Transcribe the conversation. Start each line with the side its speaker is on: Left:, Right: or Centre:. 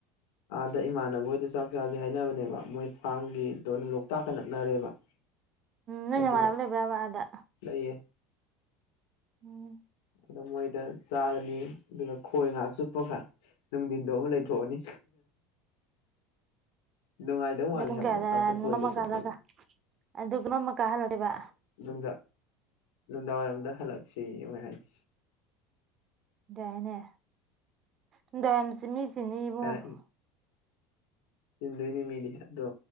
Left: ꯑꯥꯗ ꯏꯃꯥꯟꯅꯕ ꯍꯣꯏꯗ ꯆꯥꯛ ꯆꯥꯁꯦ ꯍꯥꯏꯅꯕꯅꯦꯕ ꯃꯣꯏ ꯐꯥꯝꯒꯤꯗꯣ ꯑꯗꯨꯝ ꯂꯣꯛꯇꯥꯛꯀ ꯅꯛꯅꯔꯦꯕ <inaudible>
Right: ꯅꯪ
Left: ꯑꯗꯣ
Right: ꯅꯃꯥꯟꯅꯕ ꯂꯩꯕ꯭ꯔꯕ ꯑꯗ
Left: ꯂꯩꯌꯦ
Right: ꯎꯝ
Left: ꯑꯗ ꯃꯣꯏꯗ ꯆꯥꯔꯅꯤ ꯑꯗꯨꯒ ꯈꯣꯏ ꯉꯥꯏꯍꯥꯛ ꯆꯨꯞꯄ ꯈꯔ ꯅꯨꯡꯊꯤꯟꯗꯣ ꯑꯃꯨ ꯂꯩꯊꯣꯛꯑꯅꯤ ꯅꯨꯡꯉꯥꯏꯗꯧ ꯃꯥꯜꯂꯦ
Right: ꯅꯣꯏ ꯄꯨꯡ
Left: ꯍꯥꯏꯕ
Right: ꯀꯌꯥꯗ
Left: ꯂꯣꯛꯇꯥꯛꯇ ꯀꯣꯏꯒꯁꯨ
Right: ꯃꯝꯃꯀꯥꯟ ꯍꯜꯂꯒ
Left: ꯐꯖꯩ
Right: ꯑꯗꯨꯒ ꯃꯥꯝ ꯃꯀꯟꯗ ꯍꯜꯂꯛꯀꯦꯕ
Left: ꯅꯨꯡꯗꯥ ꯅꯨꯡꯗꯥꯡꯋꯥꯏꯔꯝꯗ ꯍꯜꯂꯛꯁꯤ ꯑꯃ ꯍꯥꯏꯅꯤ
Right: ꯌꯥꯏꯅꯦ ꯅꯨꯡꯗꯥꯡꯔꯝꯁꯤ ꯃꯤ ꯆꯤꯟꯅꯤ ꯏꯕꯨꯡꯉꯣ
Left: ꯍꯥꯏꯔꯛꯏ ꯆꯤꯟꯗꯣꯏꯅꯦ ꯃꯤꯗꯤ ꯑꯗꯣ